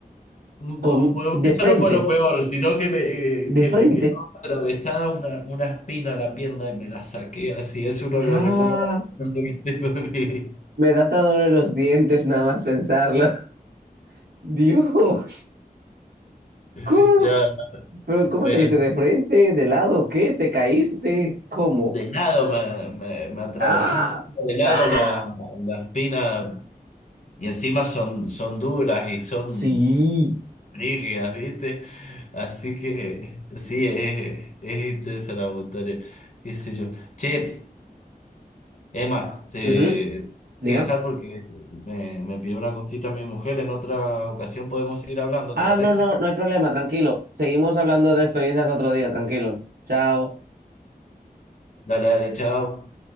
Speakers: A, on the left; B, on the right.
A: Un-
B: Con,
A: un-
B: de
A: Eso
B: frente,
A: no fue lo peor, sino que me, eh,
B: de
A: que
B: frente.
A: me quedó atravesada una, una espina en la pierna y me la saqué así. Es uno
B: Ah,
A: de los recuerdos más bonitos que tengo de mi vida.
B: me da hasta dolor en los dientes nada más pensarlo. <laughs> Dios,
A: <laughs>
B: ¿Cómo?
A: Ya,
B: ¿Pero cómo
A: pero
B: te diste de frente, de lado, qué? ¿Te caíste? ¿Cómo?
A: De lado me, me- me atravesó
B: Ah,
A: un poco de lado
B: ah.
A: la, la espina y encima son, son duras y son
B: sí.
A: rígidas, ¿viste? Así que sí, es, es intensa la montaña, qué sé yo. Che, Emma, te
B: Ujú.
A: tengo
B: Diga.
A: que dejar porque me, me pidió una cosita mi mujer, en otra ocasión podemos seguir hablando,
B: Ah,
A: ¿te parece?
B: no, no, no hay problema, tranquilo. Seguimos hablando de experiencias otro día, tranquilo. Chao.
A: Dale, dale, chao.